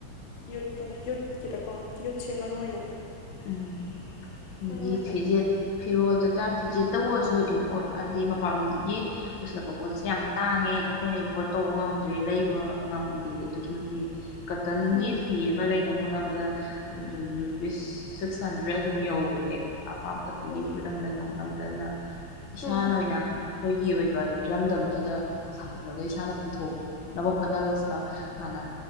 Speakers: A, on the left; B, on the left.
A: ꯌꯨꯠꯇꯣ ꯌꯨꯠꯀꯤꯗꯀꯣ ꯌꯨꯠꯁꯦ ꯃꯔꯨꯑꯣꯏ ꯑꯣꯏꯅ
B: ꯎꯝ ꯗꯤ
A: ꯃꯔꯨ ꯑꯣꯏꯅ
B: ꯐꯤꯖꯦꯠ ꯐꯤꯔꯣꯜ ꯆꯥꯛꯆꯥ ꯐꯤꯖꯦꯠꯇꯕꯨ ꯑꯣꯏꯔꯁꯨ ꯏꯝꯄꯣꯔꯠ ꯍꯥꯏꯕꯗꯤ ꯃꯄꯥꯟꯂꯣꯝꯗꯒꯤ ꯄꯨꯁꯤꯜꯂꯛꯄ ꯄꯣꯠꯁꯦ ꯌꯥꯝ ꯇꯥꯡꯉꯦ ꯑꯩꯈꯣꯏꯅ ꯏꯐꯣꯔꯠ ꯇꯧꯕ ꯉꯝꯗ꯭ꯔꯦ ꯂꯩꯕ ꯉꯝꯗꯦ ꯑꯗꯨꯛꯀꯤ ꯃꯇꯤꯛ ꯀꯇꯟꯒꯤ
A: ꯎꯝ
B: ꯐꯤ ꯑꯃ ꯂꯩꯅꯝ ꯍꯣꯠꯅꯕꯗ ꯑꯗꯨꯝ ꯂꯨꯄꯤꯁ ꯁꯤꯛꯁ ꯍꯟꯗ꯭ꯔꯦꯗ ꯑꯗꯨꯝ ꯌꯧꯒꯔ꯭ꯦ ꯑꯄꯥꯝꯕ ꯀꯇꯟꯒꯤ
A: ꯎꯝ
B: ꯐꯨꯔꯤꯠꯑꯃ ꯂꯩꯅꯕ ꯍꯣꯠꯅꯕꯗ ꯑꯗꯨꯅ ꯏꯁꯥꯅ
A: ꯎꯝ
B: ꯑꯣꯏꯅ ꯑꯩꯈꯣꯏꯒꯤ ꯑꯣꯏꯕ ꯏꯔꯝꯗꯝꯁꯤꯗ ꯁꯥꯖꯔꯒ ꯏꯁꯥꯅ ꯄꯨꯊꯣꯛꯅꯕ ꯍꯣꯠꯅꯕꯁꯤꯃ ꯍꯥꯟꯅ